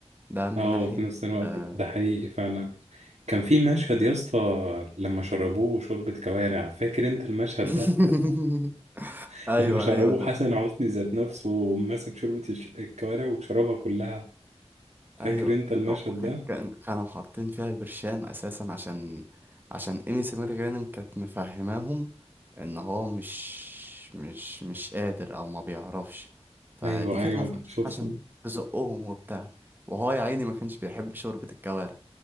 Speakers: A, on the right; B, on the right.
A: ده من
B: اه
A: ناحية
B: في نفس الوقت
A: آه...
B: ده حقيقي فعلا كان في مشهد يا اسطى لما شربوه شوربة كوارع فاكر انت المشهد
A: <laughs>
B: ده <laughs>
A: أيوه
B: لما شربوه
A: أيوه أنا
B: حسن حسني ذات نفسه ومسك شوربة الش- الكوارع وشربها كلها فاكر
A: ايوه
B: انت المشهد
A: هو
B: ده
A: كان كانوا حاطين فيها برشام اساسا عشان عشان ايمي سمير غانم كانت مفهماهم ان هو مش مش مش قادر او ما بيعرفش فدي
B: ايوه
A: كانت
B: ايوه
A: المفروض
B: شفته
A: عشان تزقهم وبتاع وهو يا عيني ما كانش بيحب شوربة الكوارع